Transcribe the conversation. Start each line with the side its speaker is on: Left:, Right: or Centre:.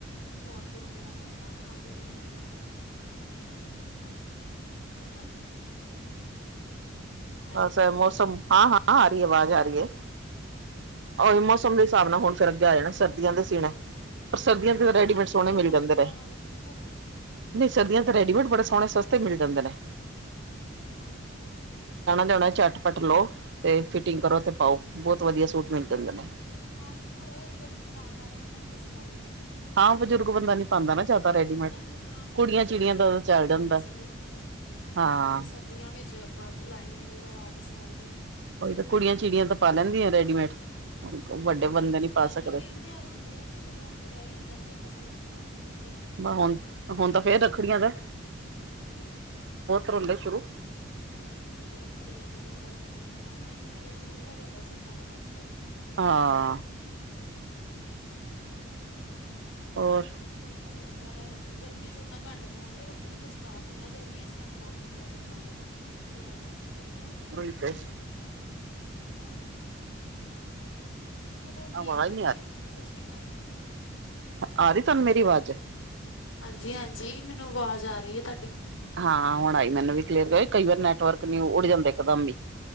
Left: ਛੋਂਟ ਕੁੜਤੀਆਂ ਪੈਂਟਾਂ ਦੇ ਨਾਲ ਵੀ ਬਣਾਣਦੇ ਆ ਲੋਕੀਂ। ਹੈਨਾ ਜੀ। ਹੈਲੋ
Right: ਔਰ ਸਬ
Left: ਹੈਲੋ
Right: ਮੌਸਮ, ਹਾਂ-ਹਾਂ ਆ ਰਹੀ ਏ ਆਵਾਜ਼ ਆ ਰਹੀ ਏ।
Left: ਹਾਂਜੀ
Right: ਔ
Left: ਹਾਂਜੀ
Right: ਮੌਸਮ ਦੇ ਹਿਸਾਬ ਨਾ ਹੁਣ ਫਰਕ ਜਾਏਗਾ। <unintelligible> ਸੀਨੇ, ਪਰ ਸਰਦੀਆਂ 'ਚ ਤੇ ਰੈਡੀਮੇਡ
Left: ਹਾਂਜੀ
Right: ਸੋਆਨੇ
Left: ਫਿਰ
Right: ਮਿਲ
Left: ਲਾਈਨਿੰਗਾਂ
Right: ਜਾਂਦੇ ਨੇ।
Left: ਵਾਲੇ ਸ਼ੁਰੂ ਹੋ ਜਾਣੇ
Right: ਨਹੀਂ ਸਰਦੀਆਂ 'ਚ ਤੇ ਰੈਡੀਮੇਡ ਬੜੇ ਸੋਣੇ ਸਸਤੇ ਮਿਲ ਜਾਂਦੇ ਨੇ।
Left: ਹਾਂਜੀ।
Right: ਲੈਣਾ ਝੱਟ-ਪੱਟ ਲੋ, ਤੇ ਫਿਟਿੰਗ ਕਰੋ ਤੇ ਪਾਉ ਬਹੁਤ ਵਧੀਆ ਸੂਟ ਮਿਲ ਜਾਂਦੇ ਨੇ।
Left: ਹਾਂਜੀ, ਪਰ ਔ ਏ ਜਿਹੜੇ ਸਵਾਣ ਵਾਲੇ ਆ, ਔਨਾਂ ਨੇ ਤਾਂ ਸਵਾਉਣੇ ਈ ਏ।
Right: ਹਾਂ ਬਜ਼ੁਰਗ
Left: ਜਿਹੜੇ
Right: ਬੰਦਾ
Left: ਲੋਕੀ
Right: ਨੀ ਪਾਉਂਦਾ
Left: ਨੂੰ
Right: ਨਾ
Left: ਔ
Right: ਜ਼ਿਆਦਾ
Left: ਫਿਰ
Right: ਰੈਡੀਮੇਡ
Left: ਹੇਨਾ ਜਿਸ ਤਰ੍ਹਾਂ
Right: ਕੁੜੀਆਂ ਚਿੜੀਆਂ
Left: ਗਰਮੀਆਂ
Right: ਦਾ
Left: ਵਿੱਚ
Right: ਚੱਲ
Left: ਕੋਟਨ
Right: ਜਾਂਦਾ
Left: ਦੇ ਸੀਣੇ ਹੁੰਦੇ ਆ।
Right: ਹਾਂ
Left: ਤੇ ਸਰਦੀਆਂ ਵਿੱਚ ਆਪਾਂ ਕ ਲਾਈਨਿੰਗ ਲਵਾ ਕੇ ਸਵਾਈ ਦੇ ਆ
Right: ਔਹੀ ਤਾਂ, ਕੁੜੀਆਂ-ਚਿੜੀਆਂ ਤਾਂ ਪਾ ਲੈਂਦੀਆਂ ਰੈਡੀਮੇਡ। ਵੱਡੇ
Left: ਹਾਂਜੀ,
Right: ਬੰਦੇ ਨੀ
Left: ਜਿੱਦਾਂ
Right: ਪਾ
Left: ਕੋਈ
Right: ਸਕਦੇ
Left: ਦਿਨ ਤਿਉਹਾਰ ਹੁੰਦੇ ਆ ਤੇ ਉਦੋਂ ਫੇਰ ਐਹੀ ਹੁੰਦਾ ਐ ਕਿ ਆਪਾਂ ਸੂਟ ਸਵਾਂ ਕੇ ਪਾਈਏ
Right: ਬ ਹੁਣ, ਹੁਣ ਤਾਂ ਫੇਰ ਰੱਖੜੀਆਂ ਦਾ ਐ।
Left: ਹਾਂਜੀ-ਹਾਂਜੀ,
Right: ਰੋਲੇ ਸ਼ੁਰੂ
Left: ਹਾਂਜੀ-ਹਾਂਜੀ ਰੱਖੜੀਆਂ ਤੇ ਤੇ ਬਹੁਤ ਹਾਂਜੀ ਕੰਮ ਰੱਖੜੀਆਂ ਦਾ ਸ਼ੁਰੂ ਹੋ ਜਾਂਦਾ ਸੂਟਾਂ ਦਾ ਕੰਮ ਜਿਆਦਾ।
Right: ਹਾਂ।
Left: ਹਾਂਜੀ।
Right: ਹੋਰ
Left: <unintelligible> ਜਾ਼ਦਾ ਲੋਕੀ ਗਰਮੀ ਚ ਓਦਾਂ ਘਾੱਟ ਪੋਂਦੇ ਰੱਖੜੀ ਤੋ ਸਟਾਟ ਹੁੰਦਾ ਗਰਮੀਆਂ ਚ ਕੰਮ ਬਾੰਦ ਹੁੰਦਾ ਸੂਟਾਂ ਦਾ ਥੋੜਾ ਜੇਹਾ ਟੀਲਾ ਹੋ ਜਾਂਦਾ,
Right: ਉਹੀ ਤੇ
Left: ਹਨਾ ਜੀ ਚਲੋ ਠੀਕ
Right: ਆਵਾਜ਼
Left: ਆ ਜੀ, ਸਸ਼੍ਰੀ ਕਾਲ ਜੀ।
Right: ਆਰੀ ਤਾਨੰ ਮੇਰੀ‌ ਵਾਜ਼
Left: ਹਾਂਜੀ, ‌ ਹਾਂਜੀ ਮੈਨੂੰ ਵਾਜ਼ ਆ ਰਈ ਏ ਤਾਡੀ
Right: ਹਾਂ, ਹੁਣ ਆਈ ਮੈਨੂੰ ਵੀ ਕਲੀਅਰ <inaudible> ਕਈ ਵਾਰ ਨੈਟਵਰਕ ਨ‌ਈ‌ ਉੱਡ ਜਾਂਦੇ ਏਕਦਮ ਈ